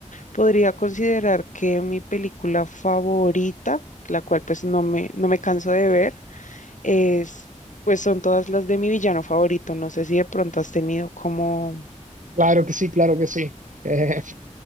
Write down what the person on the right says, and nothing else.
Claro que sí, claro que sí. Eh,